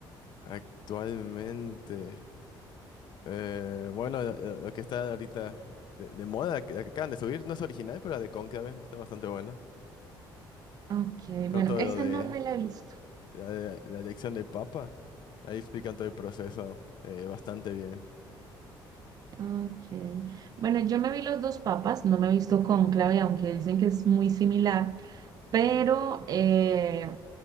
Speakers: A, on the left; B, on the right.
A: Actualmente. Eh, bueno, lo, lo- lo que está ahorita de, de moda, que, la que acaban de subir, no es original, pero la de Cónclave está bastante buena.
B: Ok,
A: Con
B: bueno,
A: todo
B: esa
A: lo de
B: no me la he visto.
A: la, de- la elección del Papa, ahí explican todo el proceso eh, bastante bien.
B: Okay. Bueno, yo me vi los dos papas, no me he visto Cónclave, aunque dicen que es muy similar, pero eh,